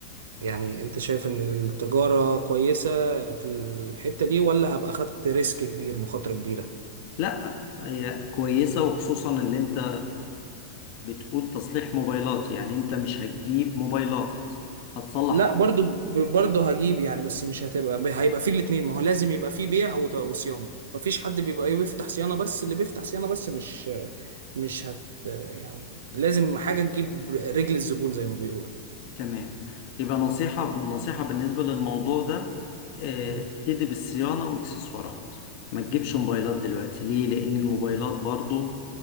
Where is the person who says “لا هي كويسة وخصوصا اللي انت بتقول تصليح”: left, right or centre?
Left